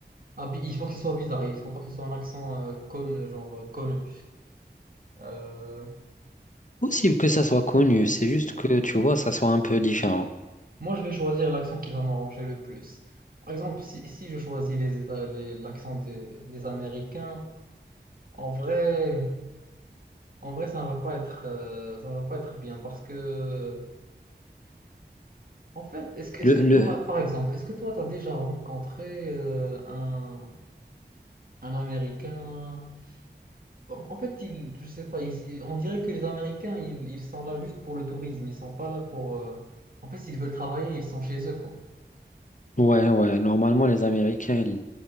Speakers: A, on the right (about 50°); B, on the left (about 45°).
A: Ah, puis il faut que ce soit bizarre, il faut pas que ce soit un accent euh, connu, genre euh, connu. Euh,
B: Possible que ça soit connu,
A: ok,
B: c'est juste
A: ok.
B: que, tu vois, ça soit un peu différent.
A: Moi, je vais choisir l'accent qui va m'arranger le plus. Par exemple, si, si je choisis les, Éta- les- l'accent des, des Américains, en vrai, en vrai, ça ne va pas être, euh, ça ne va pas être bien parce que, en fait, est-ce que, est-ce
B: Le,
A: que toi,
B: le...
A: par exemple, est-ce que toi, tu as déjà rencontré euh, un, un Américain? En en fait, ils, je sais pas, ils- ils- on dirait que les Américains, ils, ils sont là juste pour le tourisme, ils sont pas là pour... euh, En fait, s'ils veulent travailler, ils sont chez eux, quoi.
B: Ouais, ouais, normalement, les Américains, ils-